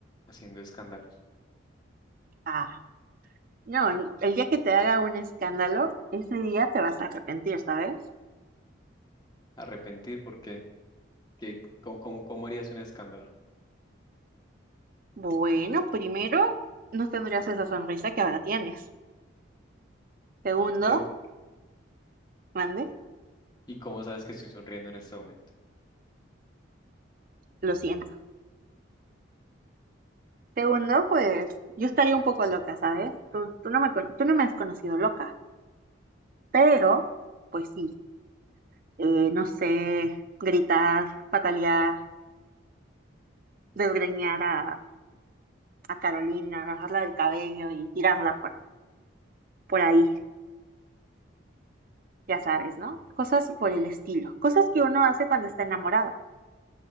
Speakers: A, on the left; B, on the right.
A: haciendo escándalos.
B: Ah, no, el el día que te haga un escándalo, ese día te vas a arrepentir, ¿sabes?
A: Arrepentir, ¿por qué? ¿Qué- cómo, cómo- cómo harías un escándalo?
B: Bueno, primero, no tendrías esa sonrisa que ahora tienes. Segundo,
A: Yo-
B: mande,
A: ¿Y cómo sabes que estoy sonriendo en este momento?
B: lo siento. Segundo, pues yo estaría un poco loca, ¿sabes? Tú, tú no me, con- tú no me has conocido loca, pero, pues sí, eh, no sé, gritar, patalear desgreñar a, a Carolina, agarrarla del cabello y tirarla por, por ahí, ya sabes, ¿no? Cosas por el estilo, cosas que uno hace cuando está enamorada.